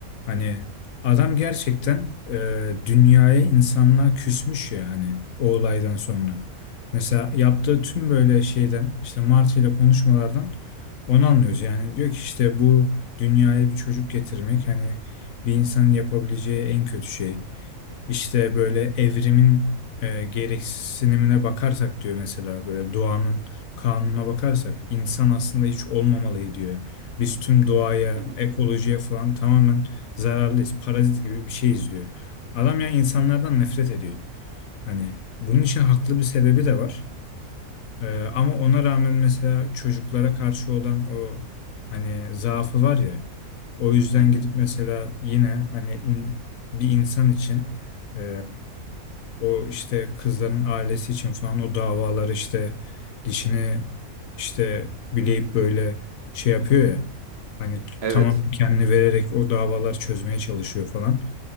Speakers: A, on the left; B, on the right.
A: Hani adam gerçekten e, dünyaya insanlığa küsmüş ya hani o olaydan sonra. Mesela yaptığı tüm böyle şeyden işte Marty ile konuşmalardan onu anlıyoruz. Yani diyor ki işte bu dünyaya bir çocuk getirmek hani bir insanın yapabileceği en kötü şey. İşte böyle evrimin e, gereksinimine bakarsak diyor mesela böyle doğanın kanununa bakarsak insan aslında hiç olmamalı diyor. Biz tüm doğaya,
B: Hı hı.
A: ekolojiye falan tamamen zararlıyız. Parazit gibi bir şeyiz diyor. Adam ya insanlardan nefret ediyor. Hani bunun için haklı bir sebebi de var. Ee, ama ona rağmen mesela çocuklara karşı olan o hani zaafı var ya. O yüzden
B: Hı hı.
A: gidip mesela yine hani in- bir insan için e, o işte kızların ailesi için falan o davalar işte dişini işte bileyip böyle şey yapıyor ya. Hani t-
B: Evet.
A: tamamen kendini vererek o davalar çözmeye çalışıyor falan.